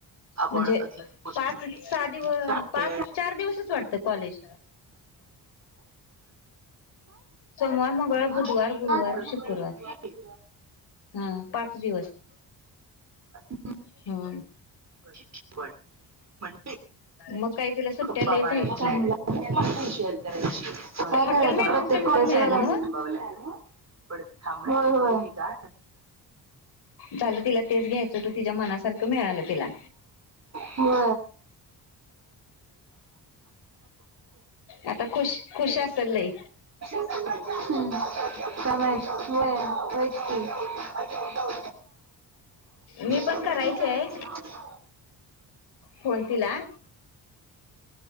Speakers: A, on the right; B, on the left.
A: आपण
B: म्हणजे
A: अधिक
B: पाच सहा दिवस
A: दि
B: पाच चार दिवसच वाटतं कॉलेज सोमवार मंगळवार
A: संघर्ष
B: बुधवार गुरुवार
A: हा प्रत्येक
B: शुक्रवार
A: भेट,
B: हा पाच दिवस
A: य
B: हा
A: ष्यण म्हणते
B: मग काय तिला सुट्ट्या
A: ्पा
B: लईच
A: मारायराय
B: आहेत की
A: काय करायचं
B: हॉटेल मॅनेजमेंटच
A: प्रत्येक कॉज
B: मिळालं
A: थांब
B: ना
A: प थांब ग
B: झालं तिला तेच घ्यायचं तर तिच्या मनासारखं मिळालं तिला
A: हो
B: आता खुश खुश असल लय
A: हम्म का होय होयच की
B: मी पण
A: हॅलो
B: करायच आहे कोणतीला